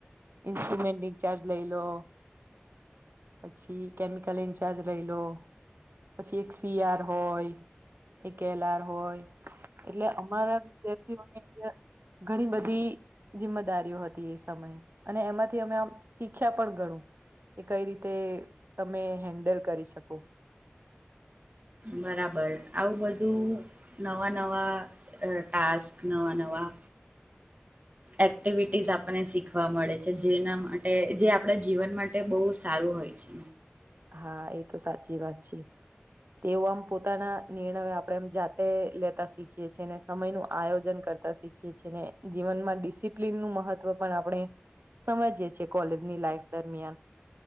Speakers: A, on the right; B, on the right.
A: ઇન્સ્ટ્રુમેન્ટ ઇન્ચાર્જ લઈ લો પછી કેમિકલ ઇન્ચાર્જ રઈ લો, પછી એક સી આર હોય એ કેલાર હોય એટલે અમારા વિદ્યાર્થીઓને જે ઘણી બધી જિમ્મેદારીઓ હતી એ સમયે, અને એમાંથી અમે આમ શીખ્યા પણ ઘણું. કે કઈ રીતે તમે હેન્ડલ કરી શકો
B: બરાબર. આવું બધું નવા-નવા અહ ટાસ્ક નવા-નવા
A: <inaudible>
B: એક્ટિવિટીઝ આપણને શીખવા મળે છે. જેના માટે જે આપણા જીવન માટે બહુ સારું હોય છે.
A: હા એ તો સાચી વાત છે. તેવ આમ પોતાના નિર્ણયો આપણેે એમ જાતે લેતા શીખીએ છીએ ને સમય નું આયોજન ક રતા શીખીએ છે ને જીવનમાં ડિસિપ્લન નું મહત્વ પણ આપણે સમજીએ છે કોલેજની લાઈફ દરમિયાન.